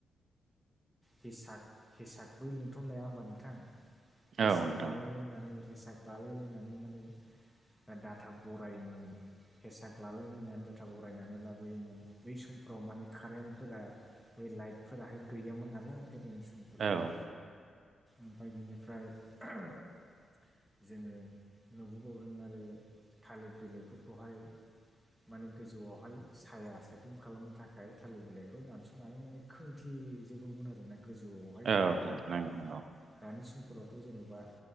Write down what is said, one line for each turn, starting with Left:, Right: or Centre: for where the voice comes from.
Centre: हेसाक हेसाक बै लिंथ'न लाया होमबा नोंथां हेसाक
Right: औ नोंथां
Centre: लालायलायनानै हेसाक लालायलायनानै माने दाटा बरायोमोन। हेसाक लालायलायनानै दाटा बरायनानै लाबोयोमोन। बै समफ्राव माने कारेन्टफोरा बे लाइटफोराहाय गैयामोन नालाय। गोदोनि समफोरावहाय
Right: औ
Centre: ओमफ्राय बिनिफ्राय <unintelligible> जोङो नुबोबावदों आरो थालिर बिलिरफोरखौहाय माने गोजौआवहाय साया सायख्लुम खालामनो थाखाय थालिर बिलाइखौ दानस'नानै माने खोंथिजोबोमोन आरोना गोजौआव ओमफ्राय गाहायावबो।
Right: औ नंगौ नंगौ
Centre: दानि समफोरावथ' जेन'बा